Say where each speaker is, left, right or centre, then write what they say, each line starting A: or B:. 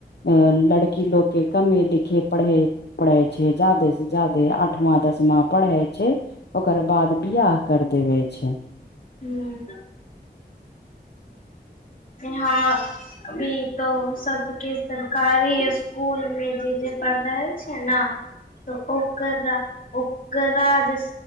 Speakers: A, on the left; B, on the left.
A: लड़की लोग के कमे लिखे पढ़े पढ़ै छै। जादे से जादे आठमा दसमा पढ़ै छै। ओकर बाद विहाह कर देवे छै।
B: हूँ हँ अभी तो सभके सरकारी स्कुल में जे जे पढ़ रहल छै ने
A: <inaudible>
B: त ओकर ओकरा जै